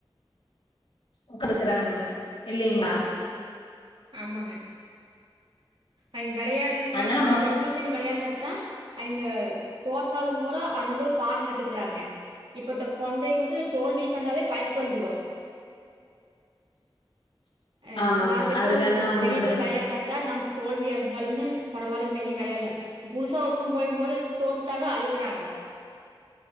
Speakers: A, on the left; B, on the right.
A: உக்குதுக்கறாங்க இல்லைஆ
B: ஆமாங்க அய் வெளையாரு நாள்
A: அதனால மொ
B: மத்தய் நம சேந்தி வெளையாண்டாத்தா அங்க தோத்தாலு கூரோ அந்து பாடங் கட்டுக்குறாங்க இப்பத்த கொழ்ந்தை வந்து தோல்விக்கண்டாவே பயப்படுத்துகோ
A: <inaudible>
B: அஅப்
A: ஆமாங்க
B: நால் பேர்த்துக்கு
A: அது வேணா
B: ப்ளான்
A: உண்மதானுங்க
B: வெளியே போய் வெளையாண்டாத்தா நம் தோல்வி அல்ஜாலுமே பரவால்ல மெனி வெளையால்ல புதுசா ஒருக்கம் போயும்போது தோத்தாலு அழுகுறாங்கோ